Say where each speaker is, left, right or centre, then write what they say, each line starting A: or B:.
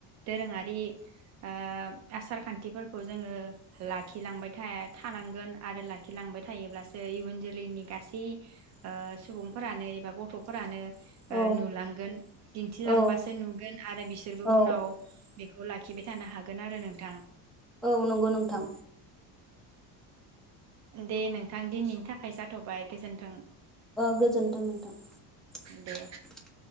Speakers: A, on the right; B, in the centre.
A: दोरोङारि ओ आसार खान्थिफोरखौ जोङो लाखिलांबाय था थानांगोन आरो लाखिलांबाय थायोब्लासो नै इयुन जोलैनि गासै ओ सुबुंफोरानो एबा गथ'फोरानो ओ
B: औ
A: नुलांगोन दिन्थिलांबासो
B: औ
A: नुगोन आरो बिसोरबो
B: औ
A: उनाव बेखौ खौ लाखिबाय थानो हागोन आरो नोंथां
B: औ नंगौ नोंथां।
A: दे नोंथां दिनैनि थाखाय जाथ'बाय गोजोन्थों।
B: ओ गोजोनथों नोंथां ।
A: दे